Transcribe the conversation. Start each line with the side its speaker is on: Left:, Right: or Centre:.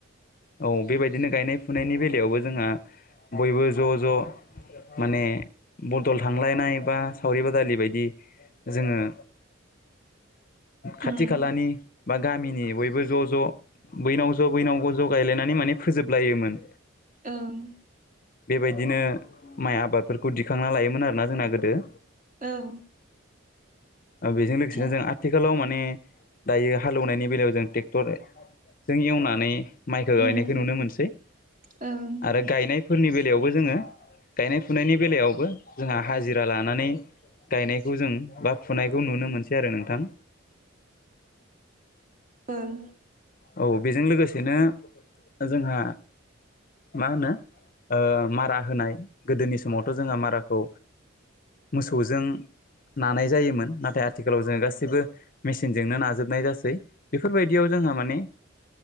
Left: औ बेबायदिनो गायनाय फुनायनि बेलायावबो जोंहा बयबो ज' ज' माने बदल थांलायनाय बा सावरि बादालि बायदि जोङो खाथि
Right: उम
Left: खालानि बा गामिनि बयबो ज' ज' बैनाव ज' बैनाव ज' ज' गायलायनानै माने फोजोबलायोमोन।
Right: औ
Left: बेबायदिनो माइ आबादफोरखौ दिखांना लायोमोन आरोना जोंना गोदो।
Right: औ
Left: बेजों लोगोसेनो
Right: दि
Left: जों आ आथिखालाव माने दायो हालेवनायनि बेलायाव जों ट्रेक्टरजों एवनानै माइखौ
Right: उम
Left: गायनायखौ नुनो मोनसै।
Right: ओं
Left: आरो गायनायफोरनि बेलायावबो जोङो गायनाय फुनायनि बेलायावबो जोंहा हाजिरा लानानै गायनायखौ जों बा फुनायखौ नुनो मोनसै आरो नोंथां।
Right: ओं
Left: औ बेजों लोगोसेनो जोंहा मा होनो ओ मारा होनाय गोदोनि समावथ' जोंहा माराखौ मोसौजों नानाय जायोमोन नाथाय आथिखालाव जोङ गासैबो मेसिनजोंनो नाजोबनाय जासै बेफोरबायदियाव जोंहा माने